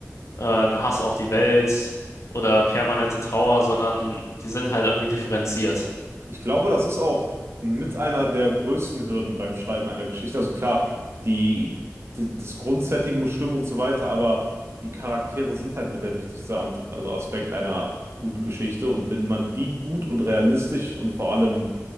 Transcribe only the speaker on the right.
Ich glaube, das ist auch mit einer der größten Hürden beim Schreiben einer Geschichte. Also klar, die, d- das Grundsetting muss stimmen und so weiter, aber die Charaktere sind halt mit der wichtigste Ant- also Aspekt einer guten Geschichte. Und wenn man die gut und realistisch und vor allem